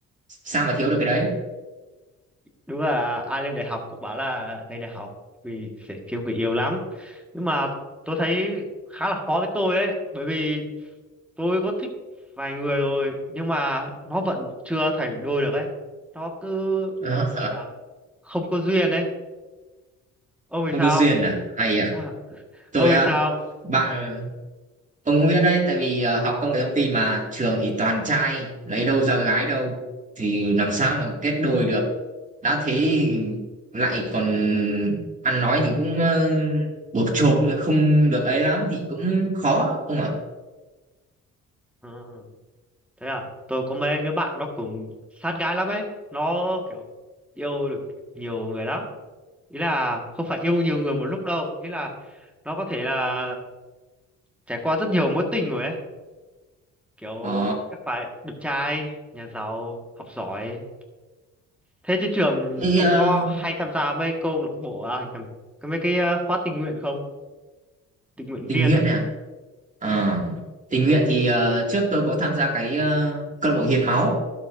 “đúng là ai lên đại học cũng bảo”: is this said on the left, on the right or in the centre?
Centre